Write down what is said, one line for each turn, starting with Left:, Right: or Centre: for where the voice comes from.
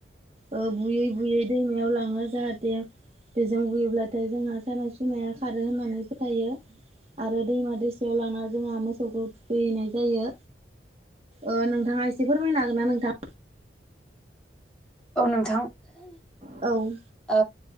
Right: ओ बुयै - बुयै दैमायाव लाङो जाहाथे बेजों बुयोब्लाथाय जोंहा सानाय सुनाया खारो होननानै फोथायो। आरो दैमा दैसायाव लाना जोंहा मोसौखौ थुखैहैनाय जायो। ओ नोंथाङा एसे फोरमायनो हागोन ना नोंथां?
Centre: औ नोंथां।
Right: औ।
Centre: ओ